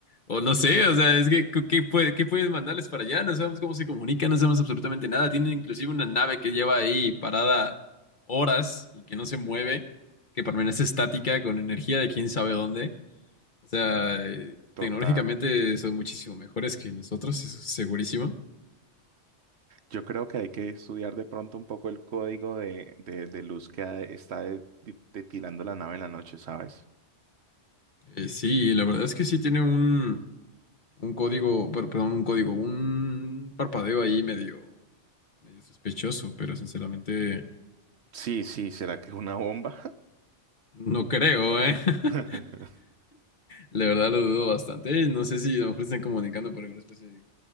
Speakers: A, on the left (about 45°); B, on the right (about 65°).
A: o no sé, o sea, es que ¿qué, qué puede- qué puedes mandarles para allá? No sabemos cómo se comunican, no sabemos absolutamente nada. Tienen inclusive una nave que lleva ahí parada horas y que no se mueve, que permanece estática con energía de quién sabe dónde. O sea, eh,
B: total.
A: tecnológicamente son muchísimo mejores que nosotros, eso es segurísimo.
B: Yo creo que hay que estudiar de pronto un poco el código de, de, de luz que ha- está de- de- detilando la nave en la noche, ¿sabes?
A: Eh, sí, la verdad es que sí tiene un, un código, per- perdón, un código, un parpadeo ahí medio, medio sospechoso, pero sinceramente
B: Sí, sí, ¿será que es una bomba?
A: no creo, ¿eh? <laughs>
B: <laughs>
A: La verdad lo dudo bastante. No sé si a lo mejor están comunicando por alguna especie de